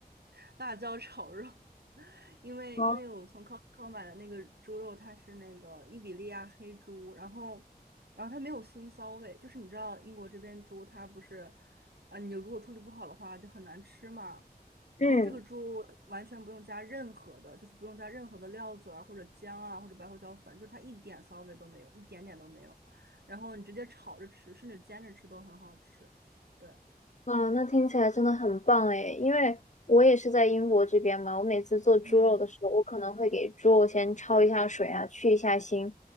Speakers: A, on the right; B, on the left.
A: <laughs> 辣椒炒肉，<laughs> 因为因为我从
B: 哦，
A: Costco 买的那个猪肉，它是那个伊比利亚黑猪，然后然后它没有腥骚味，就是你知道英国这边猪它不是啊，你如果处理不好的话就很难吃嘛。
B: 嗯。
A: 然后这个猪完全不用加任何的，就是不用加任何的料酒啊，或者姜啊，或者白胡椒粉，就是它一点骚味都没有，一点点都没有。然后你直接炒着吃，甚至煎着吃都很好吃。对，
B: 啊，那听起来真的很棒诶，因为我也是在英国这边嘛，我每次做猪肉的时候，
A: 嗯
B: 我可能会给猪肉先焯一下水啊，去一下腥，